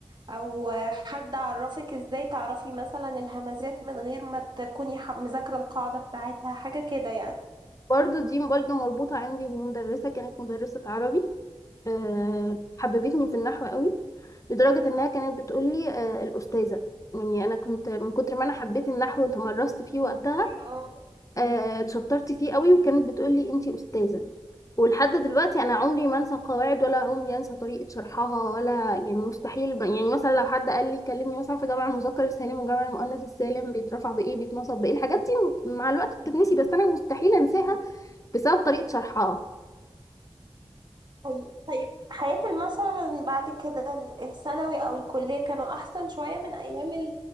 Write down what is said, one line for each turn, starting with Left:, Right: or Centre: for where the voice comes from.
Right: او حد عرفك ازاي تعرفي مثلا الهمزات من غير ما تكوني ح- مذاكرة القاعدة بتاعتها حاجة كده يعني
Left: برضه دي برضه مربوطة عندي بمدرسة كانت مدرسة عربي آه، حببتني في النحو قوي لدرجة إنها كانت بتقولي آه، الأستاذة يعني أنا كنت من كتر ما أنا حبيت النحو وتمرست فيه وقتها
Right: مم.
Left: آه، اتشطرت فيه قوي وكانت بتقولي أنتي أستاذة ولحد دلوقتي أنا عمري ما أنسى قواعد ولا عمري أنسى طريقة شرحها ولا يعني مستحيل ب- يعني مثلا لو حد قال لي كلمني مثلا في جمع المذكر السالم وجمع المؤنث السالم بيترفع بإيه بيتنصب بإيه الحاجات دي مع الوقت بتتنسي بس أنا مستحيل أنساها بسبب طريقة شرحها
Right: طيب طيب حياة مثلا بعد كده ال- الثانوي أو الكلية كانوا أحسن شوية من أيام